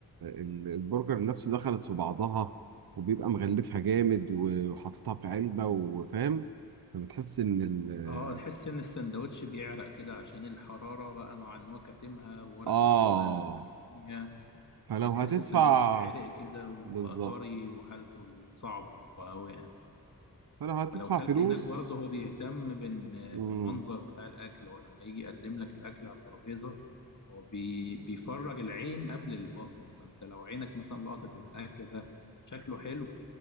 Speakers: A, on the right; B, on the left.
A: ال- البرجر نفسه دخلت في بعضها وبيبقى مغلفها جامد وحاططها في علبه وفاهم فبتحس ان ال
B: اه تحس ان السندوتش بيعرق كده عشان الحرارة بقى مع ان هو كاتمها بورق
A: اه
B: مثلا ألمونيا
A: فلو
B: فبتحس
A: هتدفع
B: السندوتش عرق كده وبقى
A: بالظبط
B: طري وحالته صعبة أوي يعني
A: فلو هتدفع
B: فلو كلت
A: فلوس
B: هناك برضه هو بيهتم بال-
A: امم
B: بالمنظر بتاع الأكل هو لما يجي يقدم لك الأكل على الترابيزة هو بي بيفرج العين قبل البطن فأنت لو عينك مثلا لقطت إن الأكل ده شكله حلو